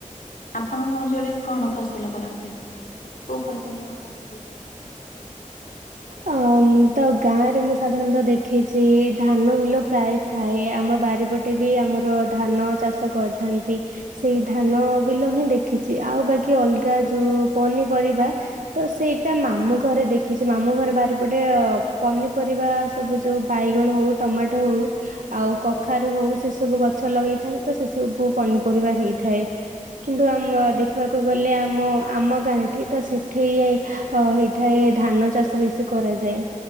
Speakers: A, on the left; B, on the right.
A: ଆପଣଙ୍କ ଅଞ୍ଚଳରେ କଣ ଫସଲ କରନ୍ତି ମାନେ କୋଉ ଫସଲ ବେଶୀ?
B: ଅ ମୁଁ ତ ଗାଁ ରେ ମୁଁ ସାଧାରଣତଃ ଦେଖିଛି ଧାନ ବିଲ ପ୍ରାୟେ ଥାଏ ଆମ ବାରିପଟେ ବି ଆମର ଧାନ ଚାଷ କରିଥାନ୍ତି। ସେଇ ଧାନ ବିଲ ହିଁ ଦେଖିଛି। ଆଉ ବାକି ଅଲଗା ଯୋଉ ପନିପରିବା ତ ସେଇଟା ମାମୁଁ ଘରେ ଦେଖିଛି। ମାମୁଁ ଘରେ ବାରିପଟେ ଅ ପନିପରିବା ସବୁ ଯୋଉ ବାଇଗଣ ହଉ ଟମାଟୋ ହଉ ଆ ଆଉ କଖାରୁ ହଉ ସେ ସବୁ ଗଛ ଲଗେଇଥାନ୍ତି ତ ସେ ସବୁ ପନିପରିବା ହେଇଥାଏ। କିନ୍ତୁ ଆମ ଦେଖିବାକୁ ଗଲେ ଆମ ଆମ ଗାଁ ଟି ତ ସେଠି ଏ ଅ ହେଇଥାଏ ଧାନ। ଚାଷ ବେଶୀ କରାଯାଏ।